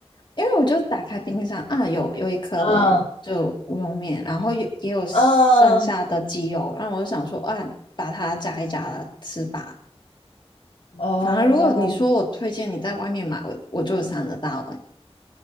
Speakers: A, on the left; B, on the left.
A: 因为我就打开冰箱啊，有有一颗就乌龙面，
B: 嗯
A: 然后也也有剩下的鸡油，
B: 嗯，
A: 然后我就想说啊，把它炸一加吃吧。
B: 哦
A: 反而如果你说我推荐你在外面买，我我就想得到哎、欸